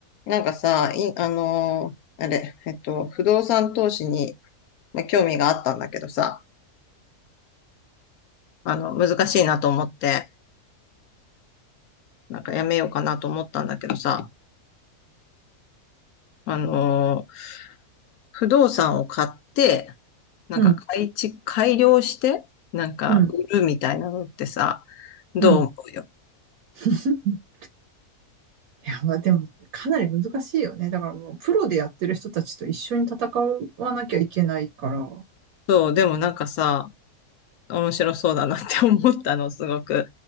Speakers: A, on the left; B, on the right.
A: なんかさ、い、あのーあれ、えっと、不動産投資に、まあ、興味があったんだけどさ、あの、難しいなと思って、なんかやめようかなと思ったんだけどさ、あのー不動産を買って、なんか改築、
B: うん、
A: 改良して、なんか売るみたいなのってさ、
B: うん、
A: どう思う
B: うん。<laughs> いや、まあでも、かなり難しいよね。だからもう、プロでやってる人たちと一緒に戦わなきゃいけないから。
A: そう、でもなんかさ、面白そうだなって思ったの、すごく。